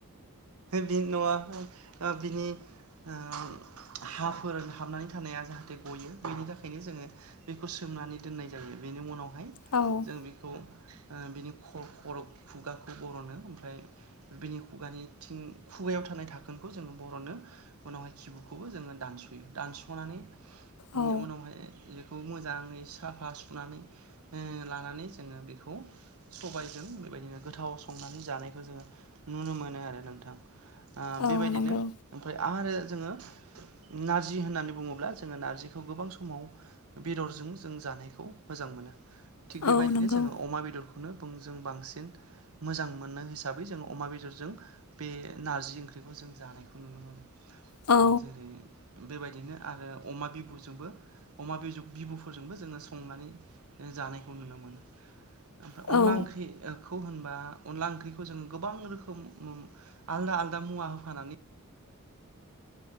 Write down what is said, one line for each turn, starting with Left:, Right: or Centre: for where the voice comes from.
Right: बि न'आ बिनि ओ हाफोर हाबनानै थानाया जाहाथे गयो बेनि थाखाय ओंखायनो जोङो बेखौ सोमनानै दोननाय जायो बेनि उनावहाय।
Left: औ
Right: जों बेखौ बिनि ख' खर' खुगाखौ बर'नो ओमफाय बिनि खुगानिथिं खुगायाव थानाय थाखोनखौ जोङो बर'नो उनावहाय किबुखौबो जोङो दानस'यो दानस'नानै
Left: औ
Right: उनावहाय बेखौ मोजाङै साफा सुनानै लानानै जोङो बेखौ सबायजों बेबायदिनो गोथाव संनानै जानायखौ जोङो नुनो मोनो आरो नोंथां।
Left: औ
Right: बेबायदिनो
Left: नंगौ
Right: ओमफ्राय आरो जोङो नारजि होननानै बुङोब्ला जोङो नारजिखौ गोबां समाव बेदरजों जों जानायखौ मोजां मोनो थिग बेबायदिनो
Left: औ नंगौ
Right: जोङो अमा बेदर खौनो जों बांसिन मोजां मोनो हिसाबै जों अमा बेदरजों बे नारजि ओंख्रिखौ जों जानायखौ नुनो मोनो।
Left: औ
Right: जेरै बेबायदिनो आरो अमा बिबुजोंबो अमा बिबुफोरजोंबो जोङो संनानै जानायखौ नुनो मोनो। ओमफ्राय
Left: औ
Right: अनला ओंख्रि खौ होनबा अनला ओंख्रिखौ जों गोबां रोखोम उम आलदा आलदा मुवा होफानानै